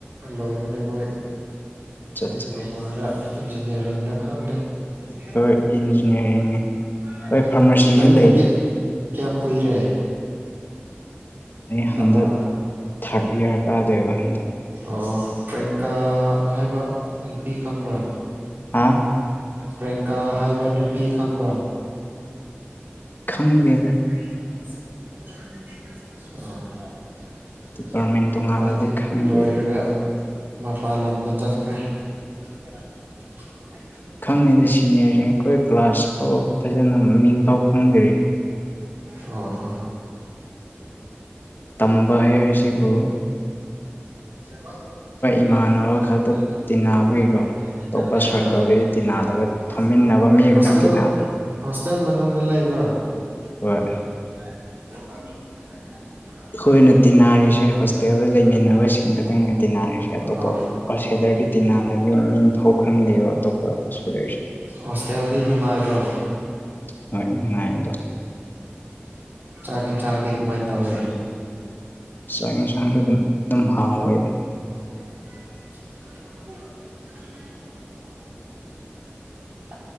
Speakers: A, on the right (about 50°); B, on the left (about 50°).
A: ꯂꯣꯏꯕꯅꯦ ꯃꯣꯏ
B: ꯑꯠꯆꯥ
A: ꯗꯤꯄ꯭ꯂꯣꯃꯥ ꯏꯟꯖꯤꯅꯤꯌꯔꯤꯡꯅ ꯈꯪꯗ <unintelligible>
B: ꯍꯣꯏ ꯏꯟꯖꯤꯅꯤꯌꯥꯔꯤꯡꯅꯦ ꯍꯣꯏ ꯐꯥꯔꯃꯥꯁꯤꯁꯨ ꯂꯩꯌꯦ
A: ꯀꯌꯥꯝ ꯀꯨꯏꯔꯦ
B: ꯑꯩ ꯍꯟꯗꯛ
A: ꯇꯝꯕ
B: ꯊꯥꯔꯠ ꯏꯌꯥꯔ ꯀꯥꯗꯦꯕ ꯍꯟꯗꯛ
A: ꯑꯣ ꯄ꯭ꯔꯌꯡꯀꯥ ꯍꯥꯏꯕ ꯅꯨꯄꯤ ꯈꯪꯕ꯭ꯔꯥ
B: ꯍꯥ
A: ꯄꯤꯌꯥꯀꯥ ꯍꯥꯏꯕ ꯅꯨꯄꯤ ꯈꯪꯕ꯭ꯔꯥ
B: ꯈꯪꯗꯦ
A: <unintelligible>
B: ꯗꯤꯄꯥꯔꯠꯃꯦꯟ ꯇꯣꯉꯥꯜꯂꯗꯤ
A: ꯃꯥꯗꯤ
B: ꯈꯪꯗꯦꯕ
A: ꯂꯣꯏꯔꯒ ꯃꯄꯥꯥꯟ ꯂꯝꯗ ꯆꯠꯈ꯭ꯔꯦ <unintelligible>
B: ꯈꯪꯗꯦꯗ ꯁꯤꯅꯤꯌꯔꯁꯤꯡ ꯑꯩꯈꯣꯏ ꯀ꯭ꯂꯥꯁ ꯐꯖꯅ ꯃꯃꯤꯡ ꯄꯥꯎ ꯈꯪꯗꯔꯤ
A: ꯑꯣ ꯍꯣ
B: ꯇꯝꯕ ꯍꯁꯤꯕꯨ
A: <unintelligible>
B: ꯏꯃꯥꯟꯅꯕ ꯈꯛꯇ ꯇꯤꯟꯅꯕꯒꯤꯀꯣ ꯑꯇꯣꯞꯄ ꯁꯥꯔꯀꯜꯗꯒꯤ ꯇꯤꯟꯅꯗꯕ ꯐꯝꯃꯤꯟꯅꯕ ꯃꯤ
A: ꯍꯣꯁꯇꯦꯜ
B: ꯈꯛꯇꯪ ꯇꯤꯟꯅꯕ
A: ꯍꯣꯁꯇꯦꯜ ꯃꯅꯨꯡꯗ ꯂꯩꯕ꯭ꯔꯥ
B: ꯍꯣꯏ
A: <unintelligible>
B: ꯑꯩꯈꯣꯏꯅ ꯇꯤꯟꯅꯔꯤꯁꯦ ꯍꯣꯁꯇꯦꯜꯗ ꯂꯩꯃꯤꯟꯅꯕꯁꯤꯡ ꯈꯛꯇꯪ ꯇꯤꯟꯅꯔꯤꯁꯦ ꯑꯇꯣꯞꯄꯦꯗꯔꯗꯤ
A: ꯑꯣ
B: ꯇꯤꯟꯅꯕꯒꯤ ꯃꯤꯡ ꯄꯥꯎ ꯈꯪꯗꯦ ꯑꯇꯣꯞꯄꯁ
A: ꯍꯣꯁꯇꯦꯜꯗꯤ ꯅꯨꯡꯉꯥꯏꯕ꯭ꯔꯣ
B: ꯍꯣꯏ ꯅꯗꯣ
A: ꯆꯥꯛ ꯌꯦꯟꯁꯥꯡꯗꯤ ꯀꯃꯥꯏꯅ ꯇꯧꯋꯦ
B: ꯆꯥꯛ ꯌꯦꯟꯁꯥꯡꯁꯨ ꯑꯗꯨꯝ ꯑꯗꯨꯝ ꯍꯥꯎꯋꯦ ꯑꯗꯨꯝ
A: <unintelligible> <inaudible>